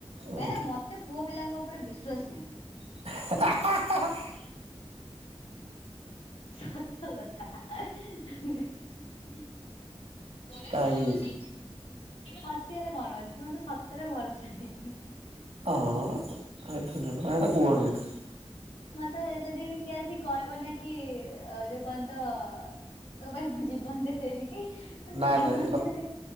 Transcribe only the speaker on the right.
ଉଁ
ହେ-ହେ-ହା-ହା-ହା
କାହିଁକି
ବି
ହଁ, ସେ ସେଟା କୁହନି ଏତେ।
ନାଇଁ
ନାଇଁ